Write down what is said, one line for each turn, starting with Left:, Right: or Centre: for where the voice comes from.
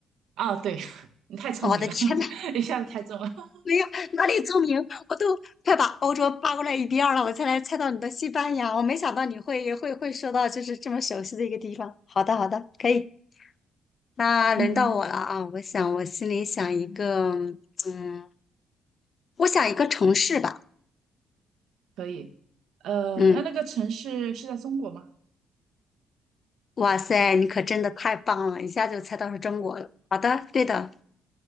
Right: 啊，对，<laughs> 你太聪明了，
Left: 我的天呐，
Right: <laughs> 一下子猜中了。<laughs>
Left: 没有哪里著名，我都快把欧洲扒过来一边儿了，我才来猜到你的西班牙。我没想到你会会会说到就是这么熟悉的一个地方。好的，好的，可以。那轮到我了啊！
Right: 嗯，
Left: 我想，我心里想一个，嗯，我想一个城市吧。
Right: 可以。呃，
Left: 嗯，
Right: 那那个城市是在中国吗？
Left: 哇塞，你可真的太棒了，一下就猜到是中国了。好的，对的，